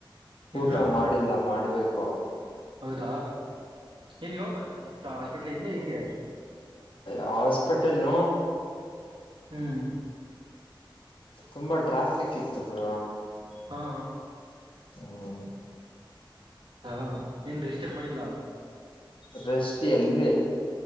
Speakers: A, on the right; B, on the left.
A: ಏನ್
B: ಊಟ
A: ಬ್ರೋ
B: ಮಾಡಿಲ್ಲ ಮಾಡ್ಬೇಕು.
A: ಹೌದಾ. ಏನ್ವಾಗ ಬಂದ ಅಷ್ಟ. ಇಲ್ಲಿಿಂದ ಹಿಂಗೆ.
B: ಹಾಸ್ಪಟಲ.
A: ಹ್ಮ್.
B: ತುಂಬಟ್ರಾ. ಸಿಕ್ಕಿತ್ತು ಪುರಾ
A: ಹಾ
B: ಹ್ಮ್.
A: ಹಾ ಏನ್ೀ ಎಷ್ಟೇನ್ ಮಾಡಿಲ್ಲಾ.
B: ರೃಷ್ಟಿ ಅಲ್ಲಿ